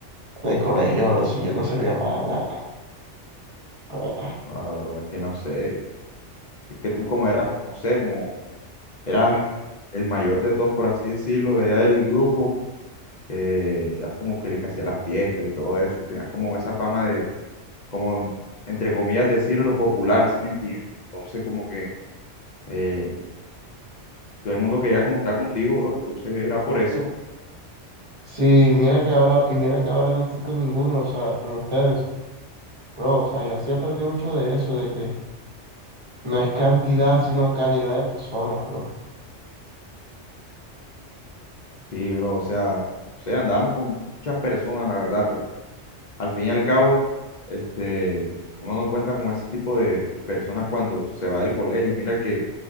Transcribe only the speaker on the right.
en el colegio, bro, si yo no servía para nada. la verdad.
Sí, mira que ahora, y mira que ahora no estoy con ninguno, o sea, con ustedes, bro, o sea, yo así aprendí mucho de eso, de que no es cantidad, sino calidad de personas, bro.